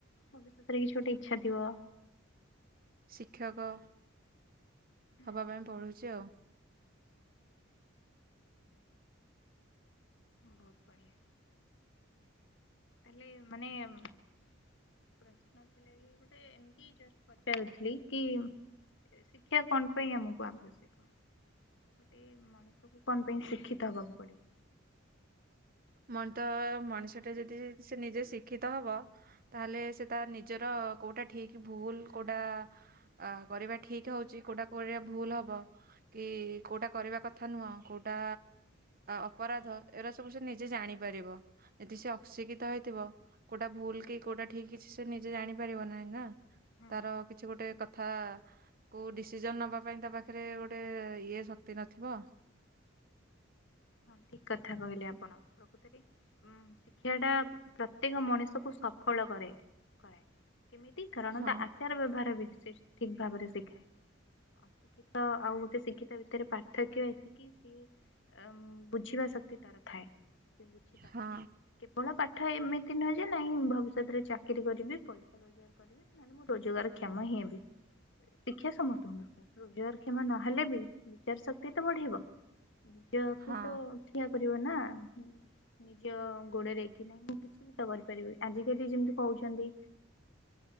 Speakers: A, on the left; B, on the right.
A: ଭବିଷ୍ୟତରେ କିଛି ଗୋଟେ ଇଚ୍ଛା ଥିବ।
B: ଶିକ୍ଷକ ହବା
A: ଆଚ୍ଛା
B: ପାଇଁ ପଢୁଛି ଆଉ।
A: ବହୁତ ବଢ଼ିଆ। ତାହେଲେ ମାନେ ପ୍ରଶ୍ନ ଥିଲା କି ଗୋଟେ ଏମି ଜଷ୍ଟ୍ ପଚାରୁଥିଲି କି ଶିକ୍ଷା କଣ ପାଇଁ ଆମକୁ ଆବଶ୍ୟକ? ଗୋଟେ ମଣିଷକୁ କଣ ପାଇଁ ଶିକ୍ଷିତ ହେବାକୁ ପଡିବ?
B: ମଣିଷ ମଣିଷ ଟା ଯଦି ସେ ନିଜେ ଶିକ୍ଷିତ ହବ ତାହେଲେ ସେ ତା ନିଜର କୋଉଟା ଠିକ ଭୁଲ କୋଉଟା ଅ କରିବା ଠିକ ହଉଛି କୋଉଟା କରିବା ଭୁଲ ହବ। କି କୋଉଟା କରିବା କଥା ନୁହଁ କୋଉଟା ଅପରାଧ ଏରା ସବୁ ସେ ନିଜେ। ଜେ ଜାଣିପାରିବ। ଯଦି ସେ ଅଶିକ୍ଷିତ ହେଇଥିବ କୋଉଟା ଭୁଲ କି କୋଉଟା ଠିକ୍ କିଛି ସେ ନିଜେ ଜାଣିପାରିବ ନାହିଁ ନା।
A: ହଁ
B: ତାର କିଛି ଗୋଟେ କଥ୍ ଥା କୋଉ ଡିସିସନ୍ ନେବା ପାଇଁ ତା ପାଖରେ ଗୋଟେ ଇଏ ଶକ୍ତି ନଥିବ।
A: ହଁ ଠିକ୍ କଥା କହିଲେ ଆପଣ ପ୍ରକୃତରେ। ଉମ୍ ଶିକ୍ଷାଟା ପ୍ରତ୍ୟେକ ମଣିଷକୁ ସଫଳ କରେ କରେ। କେମିତି କାରଣ
B: ହଁ
A: ତା ଆଚାର ବ୍ୟବହାର ବି ସେ ଠିକ୍ ଭାବରେ ଶିଖେ। ଶିକ୍ଷିତ ଆଉ ଗୋଟେ ଶିକ୍ଷିତ ଭିତରେ ପାର୍ଥକ୍ୟ ଏତିକି ସିଏ। ବୁଝିବା ଶକ୍ତି ତାର ଥାଏ ସେ ବୁଝିପାରେ।
B: ହଁ
A: କେବଳ ପାଠ ଏମିତି ନୁହେଁ ଯେ ନାହିଁ ଭବିଷ୍ୟତରେ ଚାକିରି କରିବି ପଇସା ରୋଜଗାର କରିବି। କରିବେ ନହେଲେ ମୁଁ ରୋଜଗାର କ୍ଷମ ହିଁ ହେବି। ଶିକ୍ଷା ସମସ୍ତଙ୍କୁ ଦରକାର ରୋଜଗାର କ୍ଷମା ନହେଲେ ବି ବିଚାର ଶକ୍ତି ତ ବଢିବ। ନିଜ
B: ହଁ
A: କୁ ତ ଠିଆ କରିବ ନା ହୁଁ। ନିଜ ଗୋଡରେ କି ନା ମୁଁ କିଛି ବି ତ କରିପାରିବି। ଆଜିକାଲି ଯେମିତି କୋହୁଚନ୍ତି